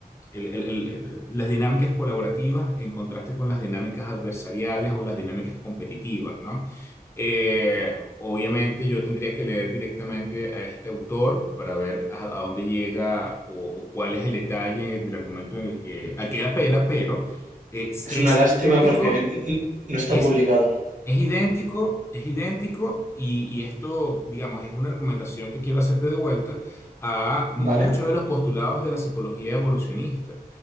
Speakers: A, on the left (about 15°); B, on the right (about 50°).
A: el- el- el- eh, las dinámicas colaborativas en contraste con las dinámicas adversariales o las dinámicas competitivas, ¿no? Eh, obviamente yo tendría que leer directamente a este autor para ver a, a dónde llega o, o cuál es el detalle del argumento en el que, al que él apela, pero es,
B: Es
A: es
B: una lástima
A: idéntico,
B: porque n- n- no está
A: es
B: publicado,
A: es idéntico, es idéntico y, y esto, digamos, es una recomendación que quiero hacerte de vuelta a muchos
B: ¿vale?
A: de los postulados de la psicología evolucionista,